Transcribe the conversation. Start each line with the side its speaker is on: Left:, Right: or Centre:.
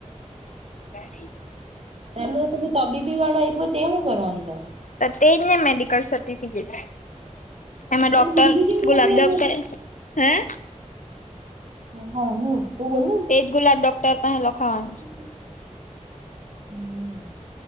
Left: <unintelligible>
Right: પહેલુ પેલું તબીબી વાળું આયપુ તે હું કરવાનું તો
Left: અ તેજ ને મેડિકલ સર્ટિફિકેટ. એમાં
Right: પેલું
Left: ડોક્ટર
Right: બીજું જેવું મોકલેલું
Left: <unintelligible>
Right: છે હા હું તું બોલ
Left: એજ ગુલાબ ડોક્ટર પાહે લખાવાનુ.
Right: હમ. હમ્મ